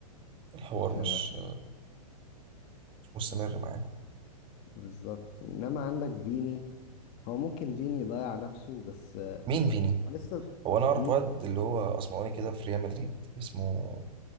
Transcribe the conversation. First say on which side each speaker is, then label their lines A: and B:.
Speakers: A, on the right; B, on the left.
A: الحوار
B: ف
A: مش مش مستمر معانا
B: بالظبط انما عندك فيني هو ممكن فيني يضيع نفسه بس آه،
A: مين فيني
B: هو لسه
A: هو أنا أعرف
B: فين
A: واد اللي هو أسمراني كده في ريال مدريد اسمه